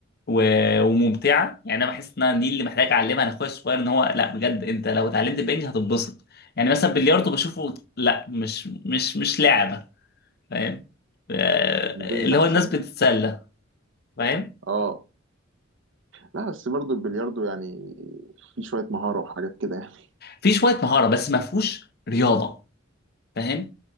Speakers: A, on the left (about 50°); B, on the right (about 65°).
A: و- وممتعه يعني انا بحس ان أنا دي اللي محتاج اعلمها لاخويا الصغير ان هو لا بجد انت لو اتعلمت البنج هتتبسط يعني مثلا بلياردو بشوفه لا مش مش مش لعبه فاهم آه،
B: البنج
A: اللي
B: احسن
A: هو الناس بتتسلى فاهم
B: اه لا بس برضو البلياردو يعني في شويه مهاره وحاجات كده يعني
A: في شويه مهاره بس ما فيهوش رياضه فاهم